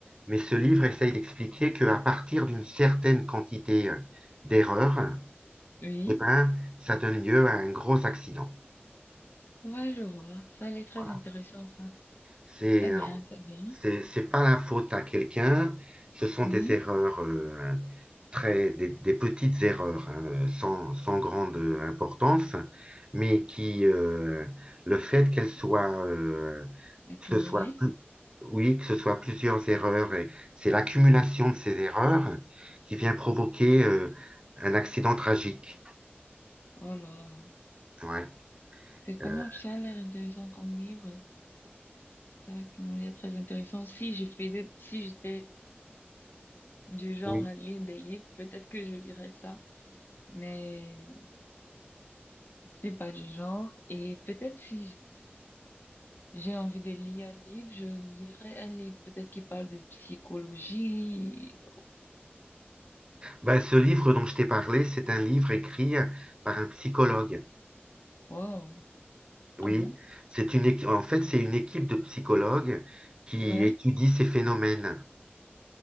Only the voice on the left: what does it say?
Oui,
ouais, je vois. Ça a l'air très
intéressant, ça.
Très bien,
très bien.
Mhm.
Accumuler.
Mhm.
Oh là,
c'est comment
ça a l'air intéressant comme livre? Ça a l'air très intéressant. Si je faisais, si j'étais du genre
à lire des livres, peut-être que je lirais ça. Mais je suis pas du genre. Et peut-être si J'ai envie de lire un livre, je lirai un livre peut-être qui parle de psychologie.
Wow.
Ah bon?
Ouais.